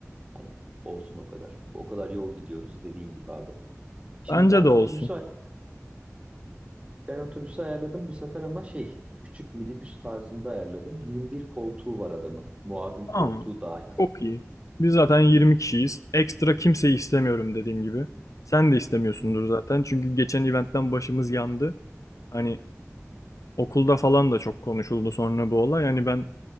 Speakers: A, on the right; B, on the left.
A: Hani olsun o kadar. O kadar yol gidiyoruz dediğin gibi abi. Şimdi
B: Bence
A: ben
B: de
A: otobüsü
B: olsun.
A: ay- ben otobüsü ayarladım bu sefer ama şey küçük minibüs tarzında ayarladım. 21 koltuğu var adamın. Muavin koltuğu
B: Tamam.
A: dahil.
B: Çok iyi. Biz zaten 20 kişiyiz. Ekstra kimseyi istemiyorum dediğim gibi. Sen de istemiyorsundur
A: Hı hı.
B: zaten. Çünkü geçen eventten başımız yandı. Hani okulda falan da çok konuşuldu sonra bu olay. Yani ben